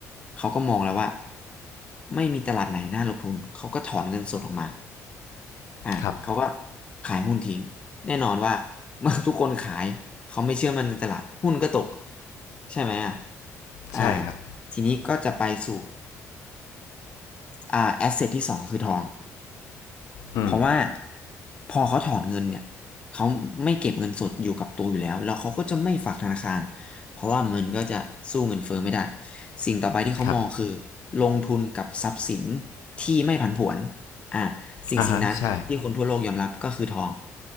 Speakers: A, on the left; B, on the left.
A: เขาก็มองแล้วว่าไม่มีตลาดไหนน่าลงทุนเขาก็ถอนเงินสดออกมา อ่ะเขาก็
B: ครับ
A: ขายหุ้นทิ้งแน่นอนว่า <laughs> เมื่อทุกคนขายเขาไม่เชื่อมันในตลาดหุ้นก็ตกใช่ไหมอ่ะอ่า
B: ใช่ครับ
A: ทีนี้ก็จะไปสู่อ่าแอสเซทที่สองคือทอง
B: อืม
A: เพราะว่าพอเขาถอนเงินเนี่ยเขาไม่เก็บเงินสดอยู่กับตัวอยู่แล้วแล้วเขาก็จะไม่ฝากธนาคารเพราะว่ามันก็จะสู้เงินเฟ้อไม่ได้สิ่งต่อไปที่เขามองคือ
B: ครับ
A: ลงทุนกับทรัพย์สินที่ไม่ผันผวนอ่าสิ่งสิ่งนั้นที่คนทั่วโลกยอมรับก็คือทอง
B: อะฮะใช่